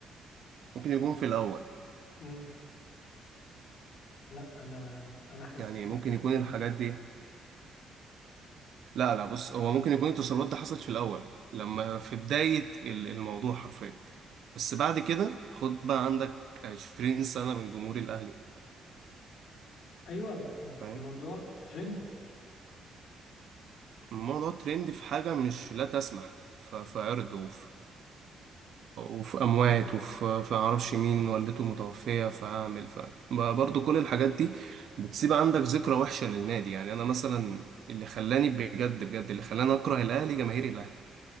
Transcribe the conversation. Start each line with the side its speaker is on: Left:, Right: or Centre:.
Right: ممكن يكون
Left: يعني
Right: في الأول
Left: مم، لا انا انا حاسس
Right: يعني
Left: ان
Right: ممكن
Left: ال-
Right: يكون
Left: مم.
Right: الحاجات دي لا لا بص هو ممكن يكون التصرفات دي حصلت في الأول لما في بداية ال- الموضوع حرفيا بس بعد كده خد بقى عندك 20 سنة من جمهور الأهلي
Left: ايوه ب-
Right: فاهم
Left: الموضوع ترند
Right: الموضوع ترند في حاجة مش لا تسمح ف- في عرض و... وفي اموات وفي في معرفش مين والدته متوفيه فاعمل ف برضه كل الحاجات دي بتسيب عندك ذكرى وحشه للنادي يعني انا مثلا اللي خلاني بجد بجد اللي خلاني اكره الاهلي جماهير الاهلي